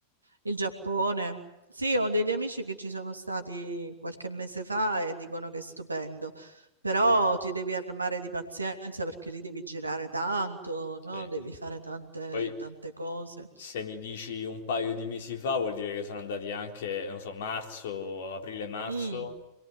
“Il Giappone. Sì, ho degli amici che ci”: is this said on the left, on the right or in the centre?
Right